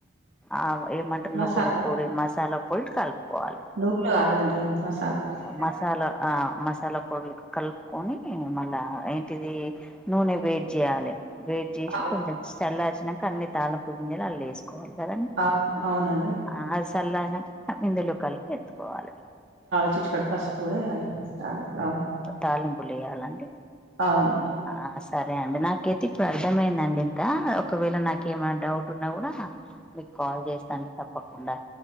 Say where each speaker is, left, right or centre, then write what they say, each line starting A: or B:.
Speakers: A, in the centre; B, on the right.
A: ఆ ఏమంటరు
B: మసాలా
A: నువ్వుల పొడి మసాలా పొడి కలుపుకోవాలి
B: నువ్వులు కాదండి మసాలా పొడి
A: ఆ మసాలా ఆ మసాలా పొడులు కలుపుకొని మళ్ళా ఏంటిది నూనె వేడి జెయాలి వే చేసి
B: అవు
A: కొంచెం చల్లర్చినాక అన్ని తాలంపు గింజలు అందులో వేసుకోవాలి కదండి
B: అవు అవునండి
A: ఆ అది చల్లరినాకా ఇందులో కలిపి ఎత్తుకోవాలి
B: చిటి కేడు పసుపు పొడి వేయాలాండి <unintelligible>
A: తాలింపులో వెయ్యాలండి
B: అవునండి
A: ఆ సరే అండి నాకైతే ఇట్ల అర్థమైందండి ఇంకా ఒకవేళ నాకు ఏమైనా డౌట్ ఉన్నా కూడా మీకు కాల్ చేస్తాను అండి తప్పకుండా